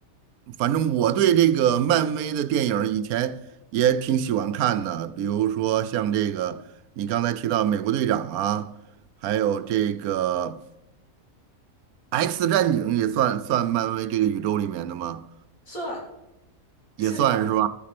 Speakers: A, on the right (about 85°); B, on the left (about 75°).
A: 反正我对这个漫威的电影儿以前也挺喜欢看的，比如说像这个你刚才提到《美国队长》啊，还有这个《X 战警》也算算漫威这个宇宙里面的吗？
B: 算
A: 也算是吧？
B: 是这样，